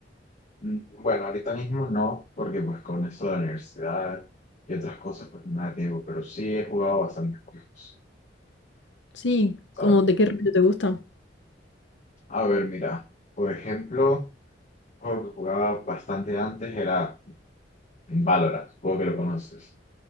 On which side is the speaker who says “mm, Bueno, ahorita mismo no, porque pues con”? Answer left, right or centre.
Left